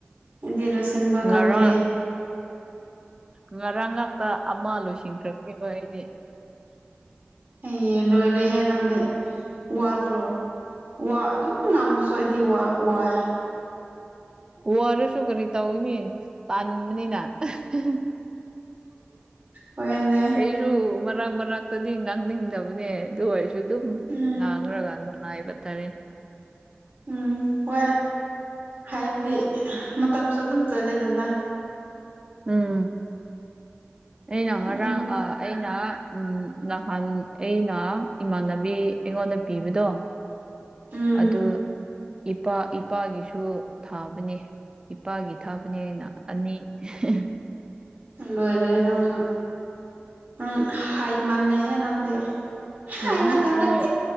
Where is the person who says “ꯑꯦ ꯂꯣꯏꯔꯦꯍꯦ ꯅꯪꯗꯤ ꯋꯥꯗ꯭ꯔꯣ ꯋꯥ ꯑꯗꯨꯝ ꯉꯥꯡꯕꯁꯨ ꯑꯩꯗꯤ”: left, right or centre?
Right